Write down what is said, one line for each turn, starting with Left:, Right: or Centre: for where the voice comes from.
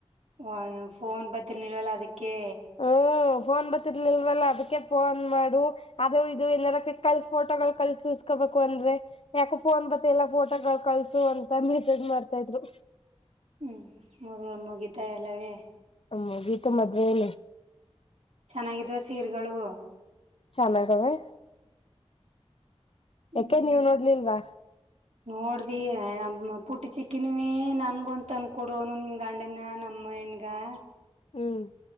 Right: <unintelligible> ಫೋನ್ ಬತ್ತಿರ್ನಿರ್ವಾಲ್ಲ ಅದಿಕ್ಕೆ
Left: ಹ್ಮ ಫೋನ್ ಬತ್ತರ್ಲಿಲ್ವಲ್ಲ ಅದಿಕ್ಕೆ ಫೋನ್ ಮಾಡು ಅದು ಇದು ಏನಾರ ಕಲ್ ಫೋಟೋಗಳು ಕಳ್ಸ್ ಇಸ್ಕೋಬೇಕಂದ್ರೆ ಯಾಕೋ ಫೋನ್ ಬತ ಇಲ್ಲಾ ಫೋಟೋ ಕಳ್ಸು ಅಂತ ಮೆಸೇಜ್ ಮಾಡ್ತಾ ಇದ್ರು
Right: ಹ್ಮ್ ಮದುವೆ ಮುಗಿತಾ ಎಲ್ಲವೇ
Left: ಹ್ಮ ಮುಗಿತು ಮದುವೆ ಏನು
Right: ಚೆನ್ನಾಗಿದ್ವ ಸೀರ್ಗಳು
Left: ಚನ್ನಾಗವೆ
Right: ಹ್ಮ್
Left: ಯಾಕೆ ನೀವ್ ನೋಡ್ಲಿಲ್ವಾ
Right: ನೋಡ್ದಿ ನ ಪುಟ್ಟ ಚಿಕ್ಕಿನೇ ನನ್ಗೊಂತ ತಂದಕೊಡು ಅನ್ನು ನಿನ್ ಗಂಡನ ನಮ್ಮ ಹೆಣ್ಣಗ ಗಾ
Left: ಹ್ಮ್